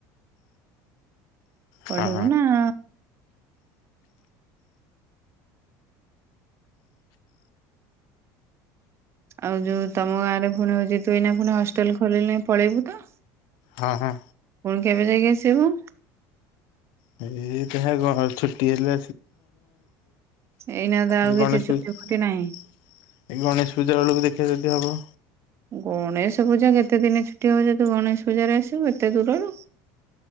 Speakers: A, on the right; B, on the left.
A: ପଢିବୁନା
B: ହଁ
A: ଆଉ ଆଉ ଯୋଉ ତମ ଗାଁ ରେ ପୁଣି ହଉଛି ତୁ ଏଇନା ପୁଣି ହଷ୍ଟେଲ ଖୋଲିଲେ ପଳେଇବୁ ତ?
B: ହଁ ହଁ।
A: କେବେ ଯାଇକି ଆସିବୁ?
B: <unintelligible> ଏଇ ଗଣେଶ ପୂଜା
A: ଏଇନା ତ ଆଉ
B: ଏଇ
A: କିଛି
B: ଗଣେଶ
A: ଛୁଟି
B: ପୂଜା
A: ଫୁଟି ନାହିଁ।
B: ବେଳକୁ ଦେଖେ। ଟିକେ ଯଦି ହବ।
A: ଗଣେଶ ପୂଜା କେତେ ଦିନ ଛୁଟି ହବଯେ ତୁ ଗଣେଶ ପୂଜାରେ ଆସିବୁ ଏତେ ଦୂରରୁ।